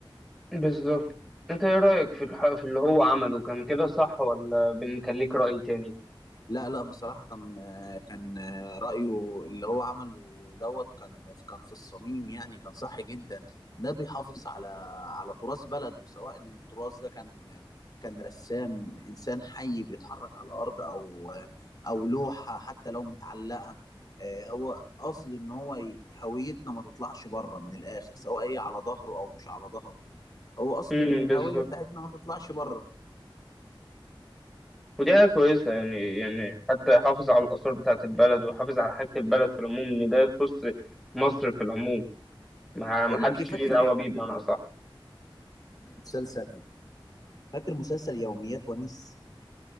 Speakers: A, in the centre; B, on the left.
A: بالظبط انت ايه رأيك في الح... في اللي هو عمله كان كده صح ولا بنخليك رأي تاني
B: لا لا بصراحة كان آه، كان آه، رأيه اللي هو عمله دوت كان كان في الصميم يعني كان صح جدا ده بيحافظ على على تراث بلده سواء التراث ده كان كان رسام إنسان حي بيتحرك على الأرض أو أو لوحة حتى لو متعلقة آه، هو قاصد إن هو ي- هويتنا ما تطلعش بره من الآخر سواء هي على ظهره أو مش على ظهره هو قاصد
A: امم
B: إن الهوية
A: بالظبط
B: بتاعتنا ما تطلعش بره
A: ودي حاجة كويسة يعني يعني حتى حافظ على الآثار بتاعة البلد وحافظ على حاجة البلد في العموم إن ده يخص مصر في العموم ما ما
B: أقول
A: حدش
B: لك إيه، فاكر
A: ليه دعوة بيه بمعنى أصح
B: مسلسل فاكر مسلسل يوميات ونيس